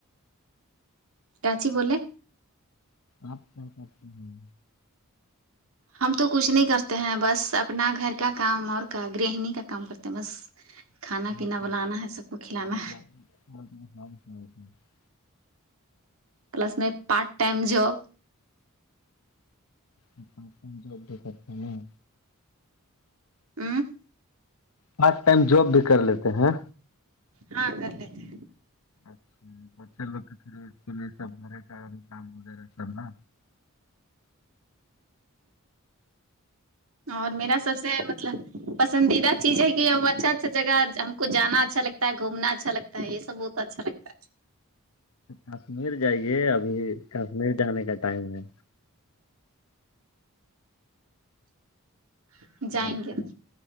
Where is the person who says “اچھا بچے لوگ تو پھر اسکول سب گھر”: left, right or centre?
Left